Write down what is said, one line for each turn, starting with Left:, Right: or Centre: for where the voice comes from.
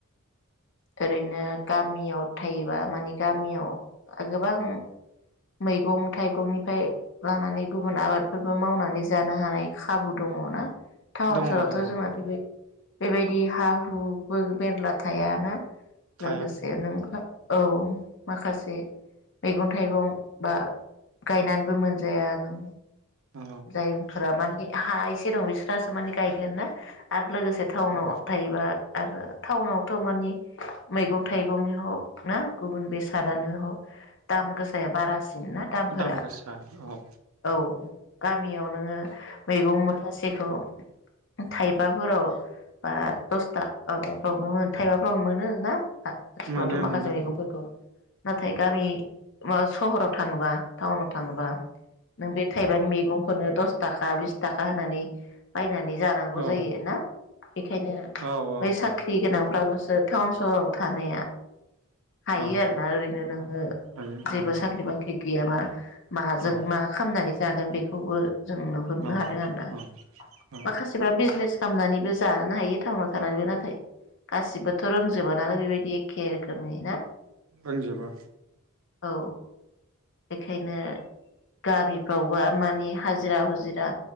Left: ओरैनो गामियाव थायोबा माने गामियाव गोबां मैगं थाइगंनिफाय लानानै गुबुन आबादफोरबो मावनानै जानो हानाय खाबु दङ ना। टाउन
Right: दङ
Left: सहरावथ
Right: दङ
Left: जोंना बेबाय बेबायदि हा हु बो मेरला थायाना?
Right: थाया
Left: लोगोसे नोंहा औ माखासे मैगं थाइगं बा गायनानैबो मोनजाया नों
Right: औ
Left: जायफोरा मान हा एसे दं बिस्रासो माने गायगोन ना आरो लोगोसे टाउनाव
Right: औ
Left: थायोबा आरो टाउनावथ मानि मैगं थाइगंनि हग ना गुबुन बेसादानो हग दाम गोसाया बारासिन ना दामफोरा,
Right: दाम गोसा औ
Left: औ। गामियाव नोङो मैगं मुथासेखौ थाइब फोराव बा दस था माबा फ्राव थाइबा फ्रावनो मोनो ना? आ स्कुलावथ
Right: मोनो
Left: माखासे
Right: मोनो
Left: मैगंफोरखौ नाथाय गामि मा सहराव थाङोबा टाउनाव थाङोबा नों बे थाइबानि मैगं खौनो द थाखा बिस थाखा होननानै बायनानै जानांगौ
Right: औ
Left: जायो ना बेखायनो
Right: औ औ
Left: बै साख्रि गोनां फ्रालसो टाउन सहराव थानाया हायो
Right: औ
Left: आरोना ओरैनो नोङो
Right: हायो हायो
Left: जेबो साख्रि बाख्रि गैयाबा माजों
Right: औ
Left: मा खामनानै जागोन बेखौ खौबो जों नुहुरनो
Right: औ
Left: हादों आरो ना
Right: औ औ
Left: माखासेफ्रा बिजनेस खालामनानैबो जानो हायो टाउनाव थानानैबो नाथाय गासिबोथ रोंजोबा नालाय बेबायदि एखे रोखोम नि
Right: रोंजोबा
Left: औ बेखायनो गामिफ्रावबो खामानि हाजिरा हुजिरा